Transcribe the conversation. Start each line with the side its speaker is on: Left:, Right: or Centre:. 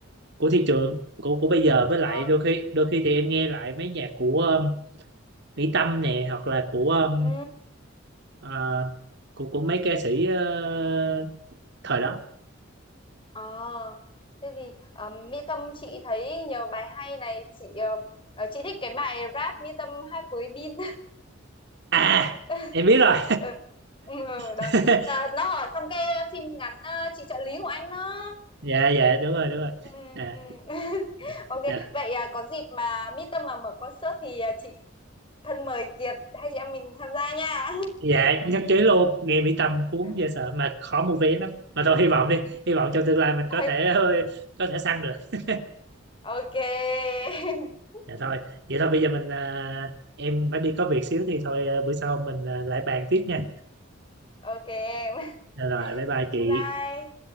Right: của thị trường của của bây giờ với lại
Left: ờ
Right: đôi khi đôi khi thì em nghe lại mấy nhạc của ờ, Mỹ Tâm nè hoặc là của ờ,
Left: ừ
Right: ờ, của của mấy ca sĩ ờ, thời đó
Left: ờ thế thì um, Mỹ Tâm chị thấy nhiều bài hay này chị ờ, ờ, chị thích cái bài rap Mỹ Tâm hát với Bin
Right: à
Left: <laughs>
Right: em biết rồi
Left: ừ. Ừ, ừ, đó
Right: <laughs>
Left: à, nó ở trong cái phim ngắn ờ, chị trợ lý của anh đó
Right: dạ dạ đúng rồi đúng rồi
Left: ừ,
Right: à,
Left: ừ. <laughs>
Right: à,
Left: ok
Right: dạ
Left: vậy à, có dịp mà Mỹ Tâm mà mở concert thì à, chị thân mời Kiệt hai chị em mình tham gia nha
Right: dạ nhất trí luôn nghe Mỹ Tâm cuốn
Left: <laughs>
Right: dễ sợ mà khó mua vé lắm mà thôi hy vọng đi hy vọng trong tương lai mình có
Left: Ôi,
Right: thể ờ, có thể săn được <laughs>
Left: ok. <laughs>
Right: Dạ thôi, vậy thôi bây giờ mình à, em phải đi có việc xíu thì thôi à, bữa sau mình à, lại bàn tiếp nha.
Left: Ok em.
Right: Dạ Rồi, bye bye chị.
Left: Bye bye.